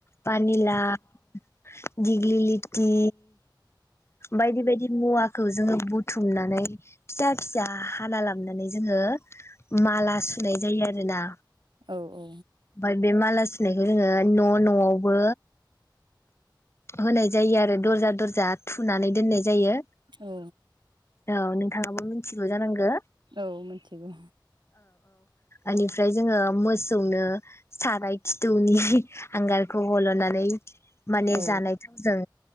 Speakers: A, on the left; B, on the right.
A: पानिलाव दिग्लिलिथि बायदि बायदि मुवाखौ जोङो बुथुमनानै फिसा फिसा हाना लाबनानै जोङो माला सुनाय जायो आरोना।
B: औ औ।
A: ओमफ्राय बे माला सुनायखौ जोङो न' न'आवबो होनाय जायो आरो दरजा दरजा थुनानै दोननाय जायो।
B: औ
A: औ नोंथाङाबो मि थिगौ जानांगौ।
B: औ मिथिगौ।
A: ओनिफ्राय जोङो मोसौनो साराय खिथुनि हांगारखौ हल'नानै माने
B: औ
A: जानाय थावजों